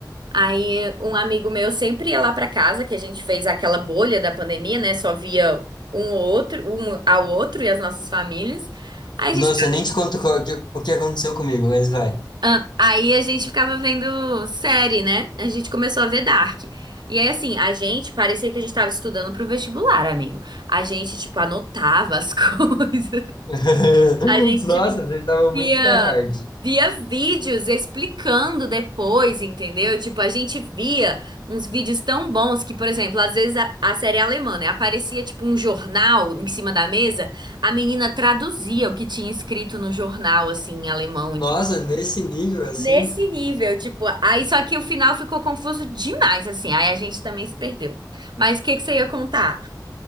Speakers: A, on the right; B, on the left.
A: Aí um amigo meu sempre ia lá pra casa, que a gente fez aquela bolha da pandemia, né? Só via um ou outro, um ao outro e as nossas famílias. Aí a
B: Nossa,
A: gente
B: eu nem te conto qual- o que, o que aconteceu comigo, mas vai.
A: Ah, Aí a gente ficava vendo série, né? A gente começou a ver Dark. E aí, assim, a gente parecia que a gente tava estudando pro vestibular, amigo. A gente, tipo, anotava as <laughs> coisas.
B: <laughs>
A: A gente,
B: Nossa,
A: tipo,
B: ele tava
A: via,
B: muito tryhard.
A: via vídeos explicando depois, entendeu? Tipo, a gente via uns vídeos tão bons que, por exemplo, às vezes a, a série é alemã, né? Aparecia, tipo, um jornal em cima da mesa, a menina traduzia o que tinha escrito no jornal, assim, em alemão,
B: Nossa, nesse nível assim.
A: Nesse nível, tipo, aí só que o final ficou confuso demais, assim, aí a gente também se perdeu. Mas o que que você ia contar?